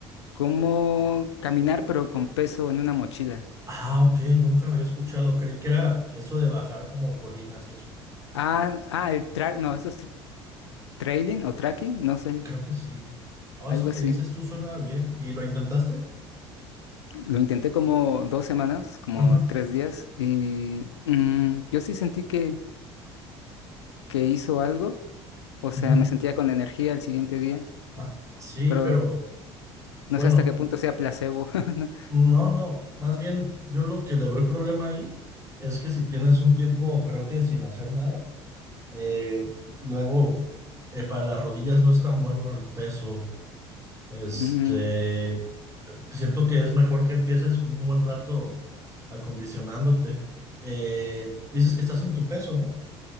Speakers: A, on the left (about 70°); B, on the right (about 20°).
A: como caminar pero con peso en una mochila.
B: Ah, ok, nunca había escuchado. Creí que era eso de bajar como colinas y eso.
A: Ah, ah, el track, no, eso es tr- trailing o tracking, no sé,
B: Creo que sí. Ah,
A: algo
B: eso que
A: así.
B: dices tú suena bien. ¿Y lo intentaste?
A: Lo intenté como dos semanas, como
B: Ajá.
A: tres días y mm, yo sí sentí que, que hizo algo. O
B: ujú.
A: sea, me sentía con energía al siguiente día,
B: Ah, sí,
A: pero
B: pero
A: no
B: bueno,
A: sé hasta qué punto sea placebo. <laughs> ¿no?
B: no, no. Más bien, yo lo que le veo el problema ahí es que si tienes un tiempo, creo que sin hacer nada, eh, luego eh, para las rodillas no es tan bueno el peso. Este,
A: Mm,
B: siento que es mejor que empieces un buen rato acondicionándote. Eh, dices que estás en tu peso, ¿no?